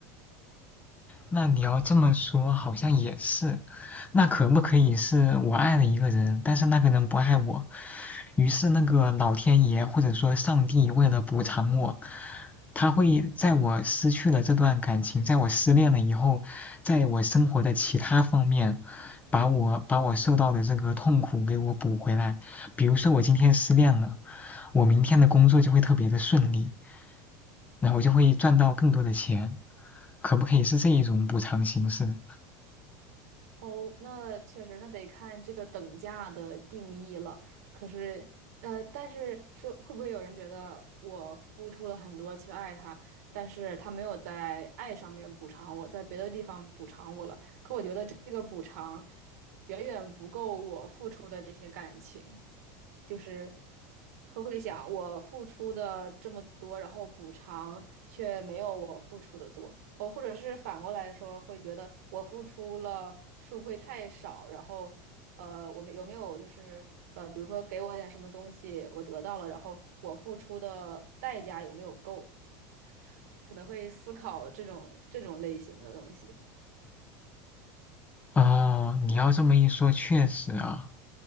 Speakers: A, on the left; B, on the right.
A: 那你要这么说，好像也是。那可不可以是我爱了一个人，但是那个人不爱我，于是那个老天爷或者说上帝为了补偿我，他会在我失去了这段感情，在我失恋了以后，在我生活的其他方面，把我把我受到的这个痛苦给我补回来。比如说我今天失恋了，我明天的工作就会特别的顺利，然后我就会赚到更多的钱。可不可以是这一种补偿形式？
B: 哦，那确实，那得看这个等价的定义了。可是，呃，但是说会不会有人觉得我付出了很多去爱他，但是他没有在爱上面补偿我，在别的地方补偿我了，这个补偿远远不够我付出的这些感情。就是会会想，我付出的这么多，然后补偿却没有我付出的多，哦，或者是反过来说，会觉得我付出了是不会太少，然后呃，我们有没有就是呃，比如说给我一点什么东西，我得到了，然后我付出的代价有没有够，可能会思考这种这种类型的东西。
A: 哦，你要这么一说，确实啊。